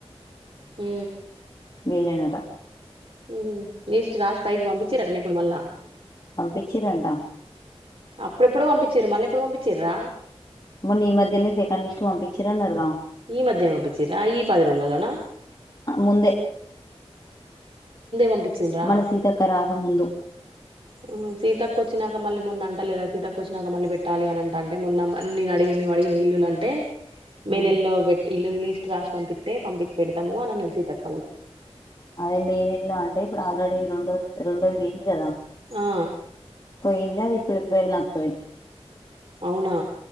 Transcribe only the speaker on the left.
వీళ్లేనట
పంపించిరంటా
మొన్న ఈ మధ్యలెనే సెకండ్ లిస్ట్ పంపించిరాన్నారు గా
ముందే
మన సీత అక్క రాకముందు
ఉమ్
అదే మే నెలలో అంటే ఇప్పుడు ఆల్రెడీ రెండో రెండోది పోయింది కదా
పోయింది అది ఇప్పుడు ఏప్రిల్ వత్తాది